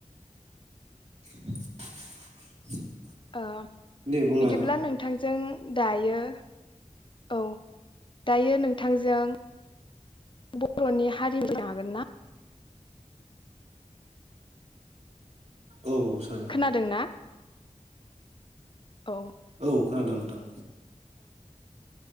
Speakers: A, on the right; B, on the left.
A: <inaudible>
B: ओ
A: दे बुंलाय
B: बिदिब्ला
A: नोंथां
B: नोंथांजों दायो औ दायो नोंथांजों बर'नि <unintelligible> हागोन ना?
A: औ सावराय जागोन।
B: खोनादों ना औ।
A: औ खोनादों नोंथां।